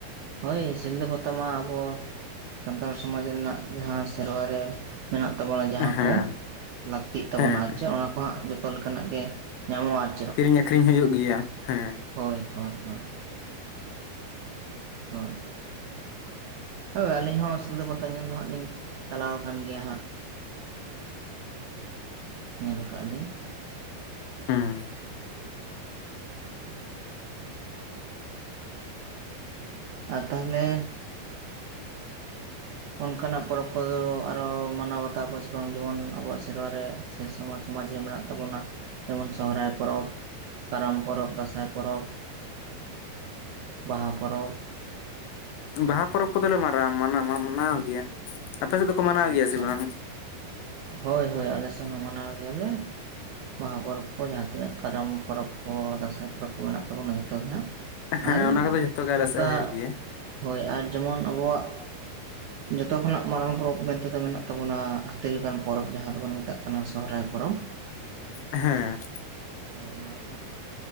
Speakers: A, on the right (about 80°); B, on the left (about 85°).
A: ᱦᱳᱭ ᱥᱤᱞᱫᱟᱹ ᱯᱟᱛᱟ ᱢᱟ ᱟᱵᱚ ᱥᱟᱱᱛᱟᱲ ᱥᱚᱢᱟᱡᱽ ᱨᱮᱱᱟᱜ ᱡᱟᱦᱟᱸ ᱥᱮᱨᱣᱟ ᱨᱮ ᱢᱮᱱᱟᱜ ᱛᱟᱵᱚᱱᱟ ᱡᱟᱦᱟᱸ
B: ᱦᱮᱸ
A: ᱠᱚ ᱞᱟᱹᱠᱛᱤᱜ ᱛᱟᱵᱚᱱᱟ
B: ᱦᱮᱸ
A: ᱪᱮ ᱚᱱᱟ ᱠᱚ ᱦᱟᱸᱜ ᱛᱚᱞ ᱠᱟᱱᱟᱜ ᱜᱮ ᱧᱟᱢᱚᱜᱼᱟ ᱾
B: ᱠᱤᱨᱤᱧ ᱟᱠᱷᱨᱤᱧ ᱦᱩᱭᱩᱜ ᱜᱮᱭᱟ ᱦᱮᱸ᱾
A: ᱦᱳᱭ ᱦᱳᱭ ᱦᱳᱭ ᱦᱳᱭ ᱦᱳᱭ ᱟᱹᱞᱤᱧ ᱦᱚᱸ ᱥᱤᱞᱫᱟᱹ ᱯᱟᱛᱟ ᱧᱮᱞ ᱫᱚ ᱦᱟᱸᱜ ᱞᱤᱧ ᱪᱟᱞᱟᱣ ᱟᱠᱟᱱ ᱜᱮᱭᱟ ᱦᱟᱸᱜ ᱾ ᱧᱮᱞ ᱠᱟᱜ ᱞᱤᱧ ᱾
B: ᱦᱩᱸ ᱾
A: ᱟᱨ ᱛᱟᱦᱚᱞᱮ ᱚᱱᱠᱟᱱᱟᱜ ᱯᱚᱨᱚᱵᱽ ᱠᱚᱫᱚ ᱟᱨᱚ ᱢᱟᱱᱟᱣ ᱵᱟᱛᱟᱣ ᱠᱚ ᱥᱮ ᱵᱟᱝ ᱡᱮᱢᱚᱱ ᱟᱵᱚᱣᱟᱜ ᱥᱮᱨᱣᱟ ᱨᱮ ᱥᱮ ᱥᱚᱢᱟᱡᱽ ᱥᱚᱢᱟᱡᱽ ᱨᱮ ᱢᱮᱱᱟᱜ ᱛᱟᱵᱚᱱᱟ ᱡᱮᱢᱚᱱ ᱥᱚᱦᱨᱟᱭ ᱯᱚᱨᱚᱵᱽ ᱾ ᱠᱟᱨᱟᱢ ᱯᱚᱨᱚᱵᱽ ᱫᱟᱸᱥᱟᱭ ᱯᱚᱨᱚᱵᱽ ᱾ ᱵᱟᱦᱟ ᱯᱚᱨᱚᱵᱽ ᱾
B: ᱵᱟᱦᱟ ᱯᱚᱨᱚᱵᱽ ᱠᱚᱫᱚᱞᱮ ᱢᱟᱱᱟ ᱢᱟᱱᱟᱣ ᱜᱮᱭᱟ ᱟᱯᱮ ᱥᱮᱫ ᱫᱚᱠᱚ ᱢᱟᱱᱟᱣ
A: ᱟᱪᱪᱷᱟ
B: ᱜᱮᱭᱟ ᱥᱮ ᱵᱟᱝ?
A: ᱦᱳᱭ ᱦᱳᱭ ᱟᱞᱮᱥᱮᱱ ᱦᱚᱸ ᱢᱟᱱᱟᱣ ᱜᱮᱭᱟᱞᱮ, ᱵᱟᱦᱟ ᱯᱚᱨᱚᱵᱽ ᱠᱚ, ᱡᱟᱦᱟᱸ ᱛᱤᱱᱟᱹᱜ ᱠᱟᱨᱟᱢ ᱯᱚᱨᱚᱵᱽ ᱠᱚ ᱫᱟᱸᱥᱟᱭ ᱯᱚᱨᱚᱵᱽ ᱠᱚ ᱢᱮᱱᱟᱜ ᱛᱟᱵᱚᱱᱟ, ᱡᱚᱛᱚ ᱜᱮ ᱦᱟᱸᱜ ᱾
B: ᱦᱮᱸ
A: ᱟᱨ
B: ᱚᱱᱟ ᱠᱚᱫᱚ ᱡᱷᱚᱛᱚ ᱜᱮ ᱟᱞᱮ
A: ᱚᱱᱠᱟ
B: ᱥᱮᱫ ᱦᱩᱭᱩᱜ ᱜᱮᱭᱟ
A: ᱦᱳᱭ ᱟᱨ ᱡᱮᱢᱚᱱ ᱟᱵᱚᱣᱟᱜ ᱡᱚᱛᱚ ᱠᱷᱚᱱᱟᱜ ᱢᱟᱨᱟᱝ ᱯᱚᱨᱚᱵᱽ ᱢᱮᱱᱛᱮᱫᱚ ᱢᱮᱱᱟᱜ ᱛᱟᱵᱚᱱᱟ ᱾ ᱦᱟᱹᱛᱤ ᱞᱮᱠᱟᱱ ᱯᱚᱨᱚᱵᱽ ᱡᱟᱦᱟᱸ ᱫᱚᱵᱚᱱ ᱢᱮᱛᱟᱜ ᱠᱟᱱᱟ ᱥᱚᱦᱚᱨᱟᱭ ᱯᱚᱨᱚᱵᱽ᱾
B: ᱦᱮᱸ᱾
A: ᱦᱳᱭ ᱱᱚᱣᱟ ᱜᱮ ᱦᱟᱸᱜ